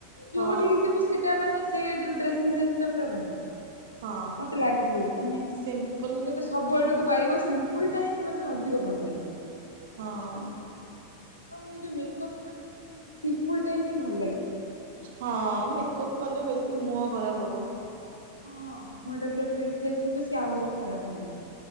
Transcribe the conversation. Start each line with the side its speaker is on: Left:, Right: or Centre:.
Right: ହଁ
Left: ଯୋଉଠିକି ଯିବୁ ସେଇଟା ମାନେ ସେ ଯୋଉ ଡ୍ରେସିଂ ସେନ୍ସ ଟା ପୁର ଭଲ।
Right: ହଁ
Left: ମତେ ଲାଗେ ମାନେ
Right: ସିମ୍ପଲ
Left: ସେଟା ସବୁ ଆଡକୁ ପାଇବ ସି ସ୍କୁଲଟା ହିଁ ମୋତେ ଅଧିକ ଭଲ ଲାଗେ।
Right: ହଁ।
Left: ଆଉ ଏଇ ଯୋଉ ମେକଅପ୍ ଠାରୁ ବି ସିମ୍ପଲ ଟା ହିଁ ଭଲ ଲାଗେ।
Right: ହଁ ମେକଅପ୍ କଲେ ବେଶୀ ମୁହଁ ଖରାପ ହବ।
Left: ହଁ ମୁଁ ହଁଟା ପୁରା ଫ୍ରେସ ଥିବୁ ସେଏ ଆହୁରି ଖରାପ ହେ